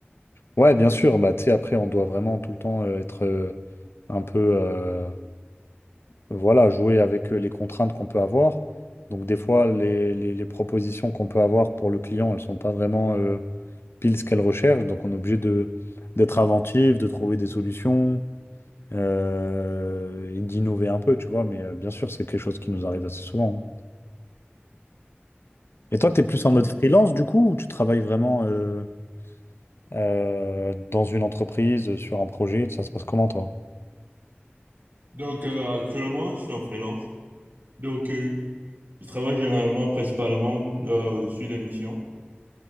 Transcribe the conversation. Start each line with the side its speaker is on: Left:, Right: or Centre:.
Left: Ouais, bien sûr, bah, tu sais, après, on doit vraiment tout le temps euh, être euh, un peu... euh, voilà, jouer avec euh, les contraintes qu'on peut avoir. Donc des fois, les, les- les propositions qu'on peut avoir pour le client, elles ne sont pas vraiment euh, pile ce qu'elles recherchent. Donc on est obligé de, d'être inventif, de trouver des solutions euh, et d'innover un peu, tu vois. Mais euh, bien sûr, c'est quelque chose qui nous arrive assez souvent. hein. Et toi, tu es plus
Right: D'accord.
Left: en mode freelance du coup, ou tu travailles vraiment euh, euh, dans une entreprise, sur un projet? Ça se passe comment toi?
Right: Donc, euh, actuellement, je suis en freelance. Donc, euh, je travaille généralement, principalement, euh, sur les missions.